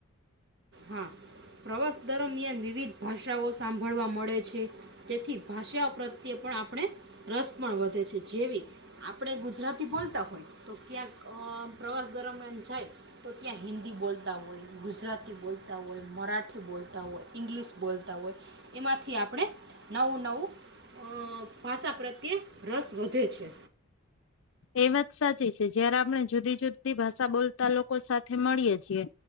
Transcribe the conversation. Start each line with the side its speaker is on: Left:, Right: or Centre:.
Right: હા પ્રવાસ દરમિયાન વિવિધ ભાષાઓ સાંભળવા મળે છે તેથી ભાષાઓ પ્રત્યે પણ આપણે રસ પણ વધે છે જેવી આપણે ગુજરાતી બોલતા હોય તો ક્યાંક અ પ્રવાસ દરમિયાન જાય તો ત્યાં હિન્દી બોલતા હોય ગુજરાતી બોલ તા હોય, મરાઠી બોલતા હોય, ઈંગ્લિશ બોલતા હોય એમાંથી આપણે નવું નવું અ ભાષા પ્રત્યે રસ વધે છે.
Left: એ વાત સાચી છે જયારે આપણે જુદી જુદી ભાષા બોલતા લોકો સાથે મળીએ છીએ